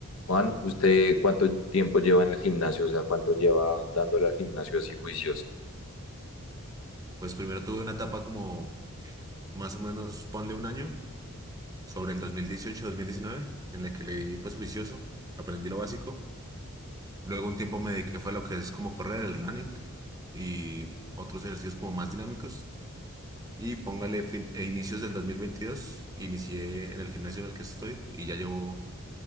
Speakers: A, on the left (about 70°); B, on the right (about 15°).
A: Juan, ¿usted cuánto tiempo lleva en el gimnasio? O sea, ¿cuánto lleva dándole al gimnasio así juicioso?
B: Pues primero tuve una etapa como más o menos, ponle un año, sobre el dos dos mil dieciocho mil diecinueve, en la que leí pues juicioso, aprendí lo básico. Luego un tiempo me dediqué fue a lo que es como correr, el running y otros ejercicios como más dinámicos. Y póngale fin, e inicios del 2022 inicié en el gimnasio en el que estoy y ya llevo